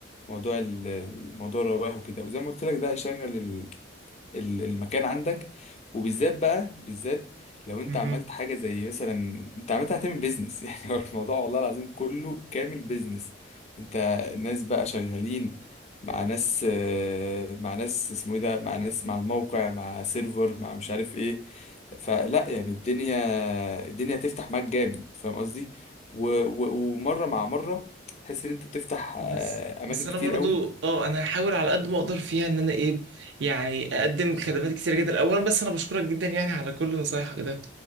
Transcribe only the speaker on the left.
موضوع ال- الموضوع الرواه وكده وزي ما قلت لك ده هيشغل ال- المكان عندك وبالذات بقى بالذات لو انت
عملت حاجه زي مثلا انت عملت هتعمل بيزنس <laughs> يعني هو الموضوع والله العظيم كله كامل بيزنس انت ناس بقى شغالين مع ناس آه، مع ناس اسمه ايه ده مع ناس مع الموقع مع سيرفر مع مش عارف ايه فلا يعني الدنيا الدنيا هتفتح معاك جامد فاهم قصدي و- و- ومره مع مره تحس ان انت بتفتح آه،
اماكن
كتير
قوي